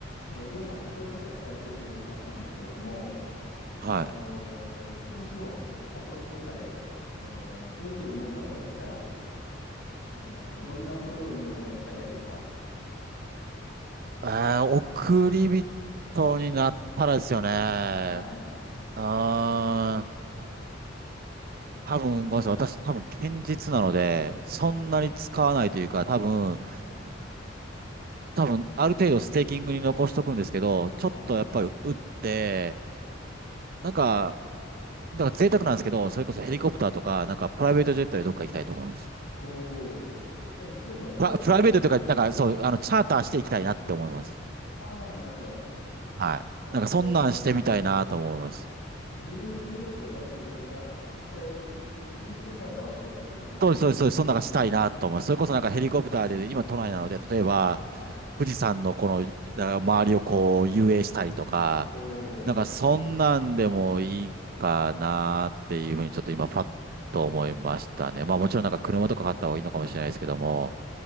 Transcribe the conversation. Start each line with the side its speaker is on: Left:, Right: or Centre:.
Left: えー、りょうさん仮想通貨されてるという話なんですけれども、
Right: はい。
Left: おーもしも仮想通貨で、えー、億儲かったとしたら、えーと、どんなことにお金を使いたいですか
Right: えー、送り人になったらですよね。
Left: はい、
Right: うーん。多分、ごめんなさい。私、多分、堅実なので、そんなに使わないというか、
Left: はい、
Right: 多分、多分、ある程度ステーキングに残しとくんですけど、ちょっとやっぱり打って、
Left: はい。
Right: なんか、なんか贅沢なんですけど、それこそヘリコプターとか、なんかプライベートジェットでどっか行きたいと思います。
Left: おお、じゃあもうそういうのを買うってことです。
Right: プラ、プライベートとか、なんかそう、あの、チャーターしていきたいなって思います。
Left: ああ、なるほど。
Right: はい。
Left: えっと、
Right: なんか、そんなんしてみたいなと思います。
Left: 自分の専用機を買うというよりは、まあそうやって一日のチャーターをしたいってことですね。
Right: そうです、そうです、そうです。そんなのがしたいなと思います。それこそなんかヘリコプターで、今都内なので、例えば、
Left: はい。
Right: 富士山のこの、だから周りをこう遊泳したりとか、
Left: お
Right: なんかそんなんでもいいかなっていうふうにちょっと今パッと思いましたね。
Left: お、
Right: まあもちろんなんか車とか買った方がいいのかもしれないですけども、